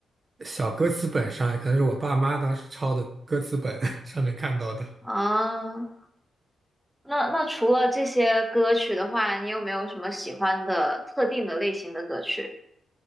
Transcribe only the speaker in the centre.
啊。那那除了这些歌曲的话，你有没有什么喜欢的特定的类型的歌曲？